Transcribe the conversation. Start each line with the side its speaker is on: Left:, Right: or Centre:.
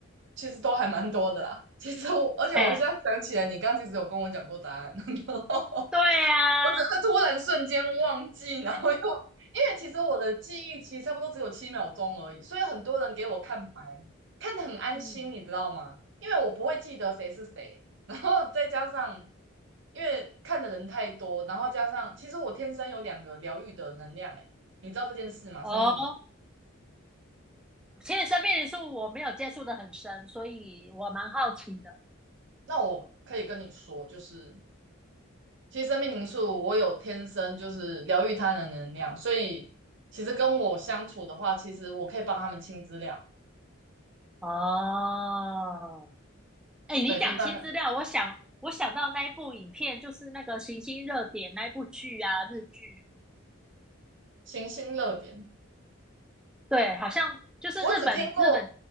Right: 其实都还蛮多的啦。其实我，而且我现在想起来，
Centre: 哎，
Right: 你刚刚其实有跟我讲过答案，<laughs> 然后
Centre: 对啊，
Right: 我只是突然瞬间忘记，然后又因为其实我的记忆其实差不多只有七秒钟而已，所以很多人给我看牌，看得很安心，
Centre: 嗯，
Right: 你知道吗？因为我不会记得谁是谁，然后再加上因为看的人太多，然后加上其实我天生有两个疗愈的能量，哎，你知道这件事吗？
Centre: 哦，
Right: 上面你。
Centre: 其实生命灵数我没有接触的很深，所以我蛮好奇的。
Right: 那我可以跟你说，就是其实生命灵数我有天生就是疗愈他人的能量，所以其实跟我相处的话，其实我可以帮他们清资料，
Centre: 哦，哎，你讲新资料，
Right: 对，就大概
Centre: 我想我想到那一部影片，就是那个《行星热点》那一部剧啊，日剧，
Right: 行星热点。
Centre: 对，好像就是日本日本
Right: 我只听过，